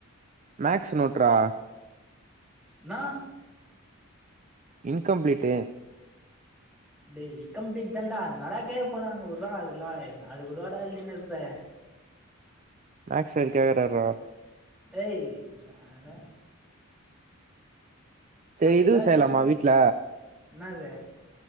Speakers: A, on the right (about 35°); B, in the centre.
A: மேக்ஸ் நோட்ரா
B: நா
A: இன்கம்ப்ளீட்டு
B: டே இம்கம்ப்ளீட் தான்டா என்னடா கேக்க போறாங்க விட்றா அதெல்லாய் அது கூடாவாடா எழுதினுருப்ப
A: மேக்ஸ் சாரு கேக்கறாருறா
B: டேய் அது ஆலா
A: செரி
B: அதுல்லா
A: இதுவு செய்யலாமா
B: எதுவுல்ல
A: வீட்ல
B: என்னாது